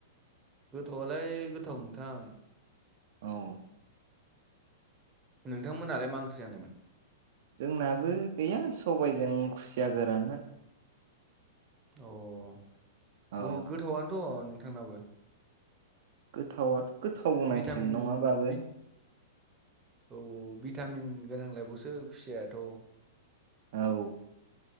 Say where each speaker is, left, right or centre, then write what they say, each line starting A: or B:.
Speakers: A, on the right; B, on the right.
A: गोथाव आलाय गोथाव नोंथां
B: औ
A: नोंथांमोनालाय मा ओंख्रि जानायमोन
B: जोंनाबो गैया सबाइजों खुसिया गोरानमोन
A: ओह
B: औ
A: गोथावआनोथ' नोंथांनाबो
B: गोथावाथ' गोथाव बुंनांसिगोन
A: भिटामिन
B: नङाबाबो
A: बिट औ औ बि भिटामिन गोनांलायबावसो खुसियाआथ'
B: औ